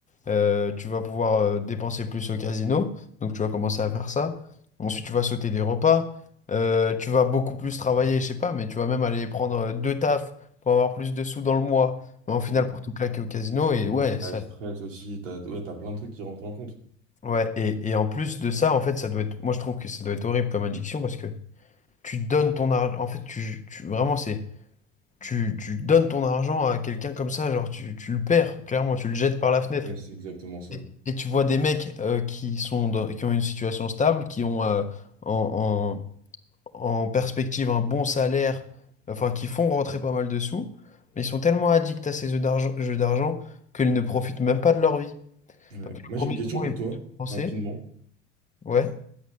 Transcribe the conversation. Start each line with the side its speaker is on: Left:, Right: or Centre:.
Left: euh, tu vas pouvoir euh, dépenser plus au casino, donc tu vas commencer à faire ça. Ensuite, tu vas sauter des repas. Euh, tu vas beaucoup plus travailler, je sais pas, mais tu vas même aller prendre euh, deux tafs pour avoir plus de sous dans le mois. Mais en final,
Right: Mm.
Left: pour tout claquer au casino, et ouais,
Right: T'as
Left: ça.
Right: le stress aussi, t'as, ouais, t'as plein de trucs qui rentrent en compte.
Left: Ouais, et, et en plus de ça, en fait, ça doit être. Moi, je trouve que ça doit être horrible comme addiction parce que tu donnes ton argent. En fait, tu, tu- vraiment, c'est. Tu, tu donnes ton argent à quelqu'un comme ça, genre, tu, tu le perds, clairement, tu le jettes par la fenêtre.
Right: Ouais, c'est exactement ça.
Left: Et et tu vois des mecs euh, qui sont dans- qui ont une situation stable, qui ont euh, en, en- en perspective un bon salaire, enfin qui font rentrer pas mal de sous, mais ils sont tellement addicts à ces jeux d'argent, jeux d'argent qu'ils ne profitent même pas de leur vie.
Right: Ouais.
Left: Parce que le
Right: Moi,
Left: premier
Right: j'ai une question
Left: mois,
Right: pour
Left: ils
Right: toi,
Left: peuvent tout dépenser,
Right: rapidement.
Left: ouais.